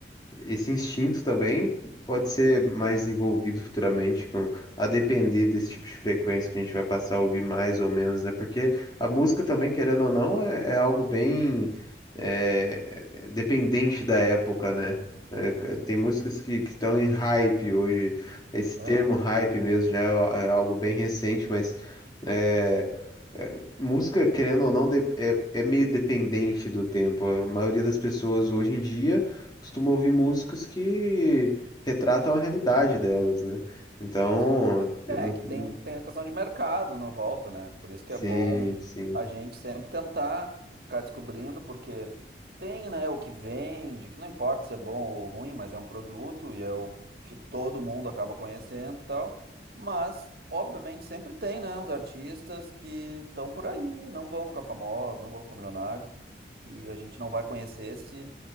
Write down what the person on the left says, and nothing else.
Esse instinto também pode ser mais envolvido futuramente com a depender desse tipo de frequência que a gente vai passar a ouvir mais ou menos, né? Porque a música também, querendo ou não, é, é algo bem é, é dependente da época, né? É, c- tem
músicas que que estão em hype hoje. Esse
termo hype mesmo já é, a- é algo bem recente, mas é, é, música, querendo ou não, de- é, é meio dependente do tempo. A maioria das pessoas hoje em dia costumo ouvir músicas que retratam a realidade delas, né? Então,
eu
não-
sim,
sim,